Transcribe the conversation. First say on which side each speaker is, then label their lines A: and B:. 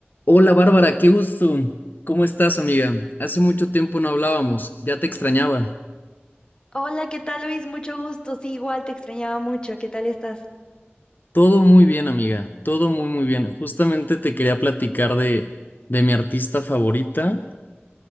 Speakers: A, on the left (about 50°); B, on the left (about 25°).
A: Hola Bárbara, qué gusto. ¿Cómo estás, amiga? Hace mucho tiempo no hablábamos, ya te extrañaba.
B: Hola, ¿qué tal Luis? Mucho gusto. Sí, igual te extrañaba mucho. ¿Qué tal estás?
A: Todo muy bien, amiga, todo muy, muy bien. Justamente te quería platicar de, de mi artista favorita,